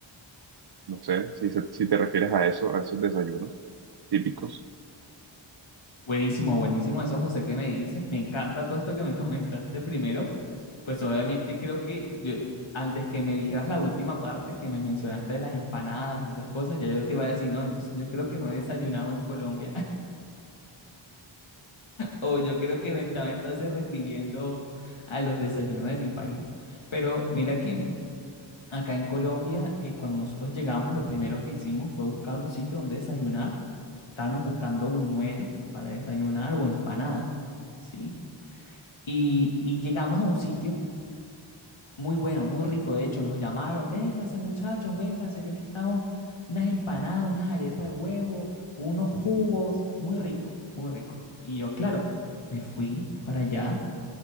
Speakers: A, on the right (about 55°); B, on the left (about 75°).
A: no sé si, se- si te refieres a eso, a esos desayunos típicos.
B: Buenísimo, buenísimo eso, José, ¿qué me dices? Me encanta todo esto que me <laughs> comentaste primero. Pues obviamente creo que yo, antes que me dijeras la última parte que me mencionaste de las empanadas y esas cosas, ya yo te iba a decir, no, entonces yo creo que no he desayunado en Colombia. O yo creo que me estaba entonces refiriendo a los desayunos de mi país. Pero mira que acá en Colombia, eh, cuando nosotros llegamos, lo primero que hicimos fue buscar un sitio donde desayunar. Estábamos buscando buñuelos para desayunar o empanada, ¿sí? Y, y llegamos a un sitio muy bueno, muy rico. De hecho, nos llamaron, vénganse muchachos, vénganse, que aquí estamos unas empanadas, unas arepas de huevo, unos jugos, muy rico, muy rico. Y yo, claro, me fui para allá